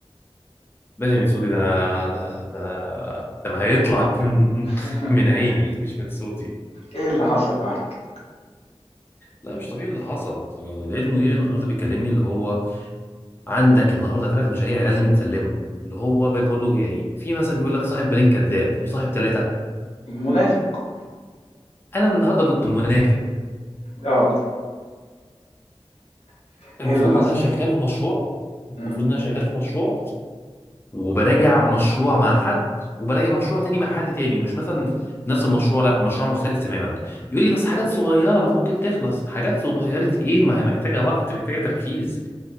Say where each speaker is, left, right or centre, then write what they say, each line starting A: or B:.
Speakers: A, on the left; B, on the left.
A: بدري من صوتي ده انا ده ده كان هيطلع <laughs> من
B: <laughs>
A: من عيني مش من صوتي
B: ايه اللي حصل معاك
A: لا مش طبيعي اللي حصل يعني لقيت مديري النهارده بيكلمني اللي هو عندك النهارده ثلاث مشاريع لازم يتسلموا اللي هو بيقول له يعني في مثل بيقول لك صاحب بالين كذاب وصاحب ثلاثه
B: منافق
A: انا النهارده كنت منافق
B: اه <laughs>
A: المفروض
B: ايه اللي حصل
A: ان انا شغال في مشروع المفروض
B: مم.
A: ان انا شغال في مشروع وبراجع مشروع مع حد وبراجع مشروع تاني مع حد تاني ومش مثلا نفس المشروع لا مشروع مختلف تماما يقول لي بس حاجات صغيرة ممكن تخلص حاجات صغيرة ايه ما هي محتاجة وقت محتاجة تركيز